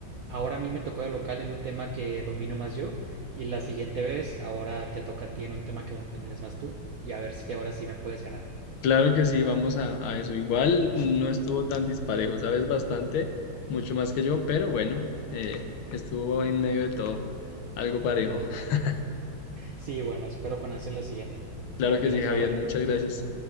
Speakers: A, on the right; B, on the left.
A: ahora a mí me tocó de local en un tema que domino más yo. Y la siguiente vez, ahora te toca a ti en un tema que domines más tú. Y a ver si ahora sí me puedes ganar.
B: Claro que sí, vamos a, a eso. Igual no estuvo tan disparejo, sabes bastante, mucho más que yo, pero bueno, eh, estuvo en medio de todo algo parejo. <laughs>
A: Sí, bueno, espero con ansia lo siguiente.
B: Claro
A: Te cuidas,
B: que sí, Javier,
A: bye
B: muchas
A: bye.
B: gracias.